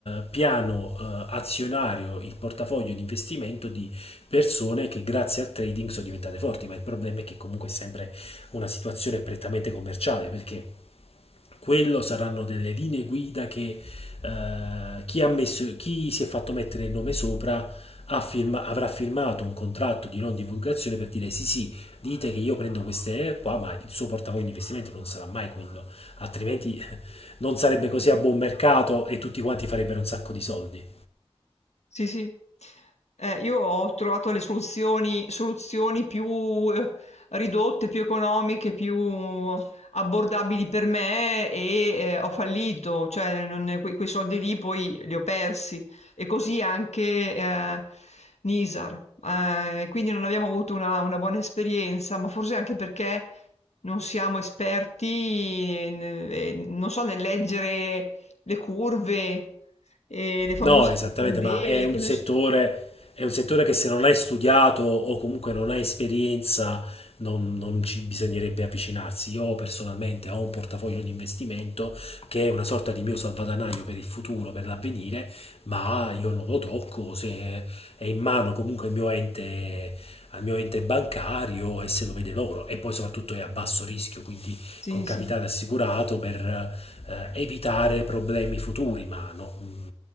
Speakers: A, on the left; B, on the left.
A: eh, piano eh, azionario, il portafoglio di investimento di persone che grazie al trading sono diventate forti, ma il problema è che comunque è sempre una situazione prettamente commerciale, perché quello saranno delle linee guida che eh, chi, ha messo, chi si è fatto mettere il nome sopra ha firma- avrà firmato un contratto di non divulgazione per dire sì sì, dite che io prendo queste qua, ma il suo portafoglio di investimento non sarà mai quello, altrimenti eh, non sarebbe così a buon mercato e tutti quanti farebbero un sacco di soldi.
B: Sì, sì. Eh, io ho trovato le soluzioni, soluzioni più eh, ridotte, più economiche, più abbordabili per me e eh, ho fallito, cioè non- que- quei, soldi lì poi li ho persi. E così anche eh, Nisar. Eh, quindi non abbiamo avuto una, una buona esperienza, ma forse anche perché non siamo esperti, eh, nel- eh, non so, nel leggere le curve e le famose
A: No, esattamente,
B: candele,
A: ma è un
B: che ne
A: settore,
B: so.
A: è un settore che se non hai studiato o comunque non hai esperienza, non, non ci bisognerebbe avvicinarsi. Io personalmente ho un portafoglio di investimento che è una sorta di mio salvadanaio per il futuro, per l'avvenire, ma io non lo tocco, se è in mano comunque al mio ente, al mio ente bancario e se lo vede loro. E poi soprattutto è a basso rischio, quindi
B: Sì,
A: col capitale
B: sì,
A: assicurato per eh, evitare problemi futuri, ma no. mm,